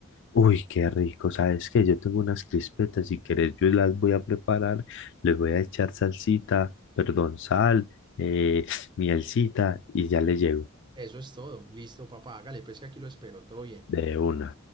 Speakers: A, on the left; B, on the right.
A: Uy, qué rico. ¿Sabes qué? Yo tengo unas crispetas. Si querés, yo las voy a preparar. Les voy a echar salsita, perdón, sal, eh, <sniffs> mielcita y ya le llego.
B: Eso es todo. Listo, papá, hágale, pues que aquí lo espero, todo bien.
A: De una.